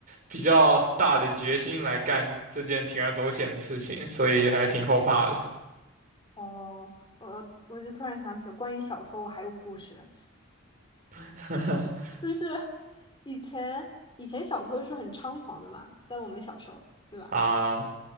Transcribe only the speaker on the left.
哦，我我就突然想起关于小偷，我还有故事。
就是以前以前小偷是很猖狂的嘛，在我们小时候，对吧？